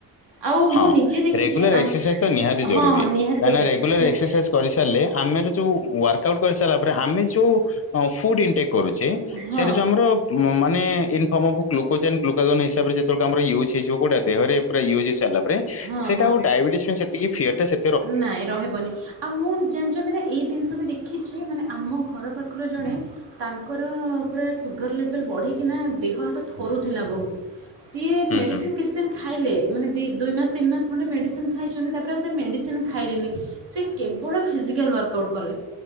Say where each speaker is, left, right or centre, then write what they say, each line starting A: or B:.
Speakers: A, on the right; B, on the left.
A: ଆଉ ମୁଁ
B: ହଁ
A: ନିଜେ ଦେଖିଛି
B: ରେଗୁଲାର
A: ଆମ୍-
B: ଏକ୍ସରସାଇଜ୍ ତ ନିହାତି ଜରୁରୀ
A: ହଁ ହଁ ନିହାତି
B: କାରଣ
A: ଦରକାର
B: ରେଗୁଲାର
A: ମୁଁ-
B: ଏକ୍ସରସାଇଜ୍ କରିସାରଲେ ଆମେର ଯୋଉ ୱାର୍କ ଆଉଟ୍ କରିସାରିଲା ପରେ ଆମେ ଯୋଉ ଅ ଫୁଡ ଇନଟେକ୍ କରୁଚେ
A: ହଁ
B: ସେଇରା ଯୋଉ ଆମର ମ-ମାନେ in form of glycogen glycogen ହିସାବରେ ଯେତୋଳେକୁ ଆମର ୟୁଜ ହେଇଯିବ କୋଉଟା ଦେହରେ ପୁର ୟୁଜ୍ ହେଇସାରଲା ପରେ
A: ହଁ
B: ସେଟା
A: ହଁ
B: ଆଉ ଡାଇବେଟିସ୍ ପାଇଁ ସେତିକି ଫିଅରଟା ସେ
A: ନାଇଁ ରହିବନି ଆଉ ମୁଁ ଜାଣିଚନ୍ତି ନା ଏଇ ଦିନଷ ବି ଦେଖିଛି ମାନେ ଆମ ଘର ପାଖର ଜଣେ ତାଙ୍କର ପୁରା ସୁଗାର ଲେବଲ୍ ବଢ଼ିକିନା ଦେହ ହାତ ଥରୁଥିଲା ବୋହୁତ। ସିଏ
B: ହୁଁ
A: ମେଡିସନ୍
B: ହୁଁ
A: କିସ୍ ସିନ୍ ଖାଇଲେ ମାନେ ଦି ଦୁଇ ମାସ ତିନି ମାସ ଖଣ୍ଡେ ମେଡିସିନ ଖାଇଚନ୍ତି ତାପରେ ଆଉ ସେ ମେଡିସି ସିନ୍ ଖାଇଲେନି ସେ କେବଳ ଫିଜିକାଲ୍ ୱାର୍କ ଆଉଟ୍ କଲେ।